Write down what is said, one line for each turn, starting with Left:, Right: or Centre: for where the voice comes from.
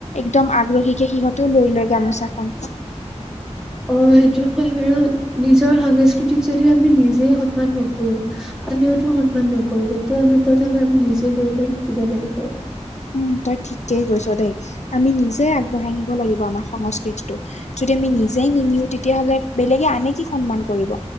Left: একদম আগ্ৰহীকে সিহঁতেও লৈ লয় গামোচাখন।
Centre: অ সেইটো হয়। আৰু নিজৰ সাংস্কৃতিক যদি আমি নিজে সন্মান নকৰো আমিওটো সন্মান নকৰিব ত আমি প্ৰথমে আমি নিজে কৰি শিকিব লাগিব।
Left: উম তই ঠিকেই কৈছ দেই। আমি নিজে আগবঢ়াই নিব লাগিব আমাৰ সংস্কৃতিটো। যদি আমি নিজেই নিনিও তেতিয়াহ'লে বেলেগে আনে কি সন্মান কৰিব?